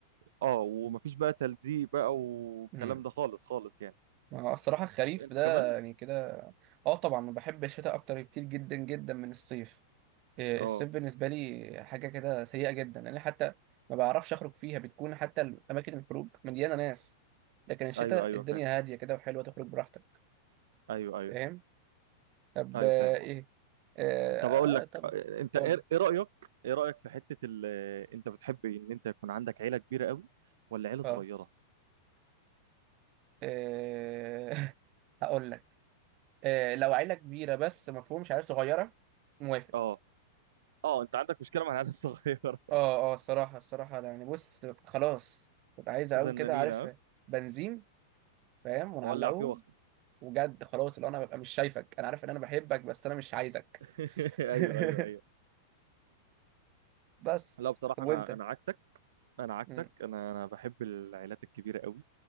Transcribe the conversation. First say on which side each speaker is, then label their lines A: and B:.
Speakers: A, on the right; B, on the right.
A: اه ومفيش بقى تلزيق بقى والكلام
B: امم
A: ده خالص خالص يعني
B: ما هو الصراحه الخريف
A: بس انت
B: ده
A: كمان
B: يعني كده اه طبعا بحب الشتاء اكتر كتير جدا جدا من الصيف إيه،
A: اه
B: الصيف بالنسبه لي حاجه كده سيئه جدا انا حتى ما بعرفش اخرج فيها بتكون حتى اماكن الخروج مليانه ناس لكن الشتاء
A: ايوه ايوه
B: الدنيا
A: فاهم
B: هاديه كده وحلوه تخرج براحتك
A: ايوه ايوه
B: فاهم طب
A: ايوه
B: آه،
A: فاهم
B: ايه اه
A: طب اقول لك
B: آه، طبعا
A: آه، انت
B: قول
A: ايه
B: لي.
A: إيه رايك ايه رايك في حته ال... آه، انت بتحب ان انت يكون عندك عيله كبيره قوي ولا عيله
B: اه
A: صغيره
B: آه، <laughs> هقول لك آه لو عيلة كبيرة بس مفهومش عيلة صغيرة موافق
A: اه اه انت عندك مشكله مع العيله الصغيره
B: اه اه الصراحة الصراحة أنا يعني بص خلاص ببقى عايز اقوم
A: <laughs> زنانين
B: كده عارف
A: ها
B: بنزين فاهم ونعلقهم
A: وولع فيه واخلص
B: وجد خلاص اللي انا ببقى مش شايفك انا عارف ان انا بحبك بس انا مش عايزك
A: <laughs>
B: <laughs>
A: ايوه ايوه ايوه
B: بس
A: لا بصراحه
B: طب وانت
A: انا انا عكسك انا عكسك
B: مم.
A: انا انا بحب العائلات الكبيره قوي